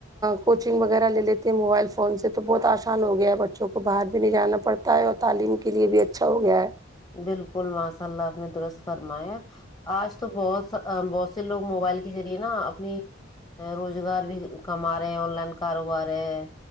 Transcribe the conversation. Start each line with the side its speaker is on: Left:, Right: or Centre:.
Right: کوچنگ وغیرہ لے لیتے ہیں موبائل فون سے تو بہت آسان ہو گیا ہے بچوں کو باہر بھی نہیں جانا پڑ تا ہے اور تعلیم کے لیے بھی اچھا ہو گیا ہے
Left: بالکل ماشاء اللہ آپ نے درست فرمایا ہے آج تو بہت بہت سے لوگ موبائل کے ذریعے نا اپنی روزگار بھی کما رہے ہیں آن لائن کاروبار ہے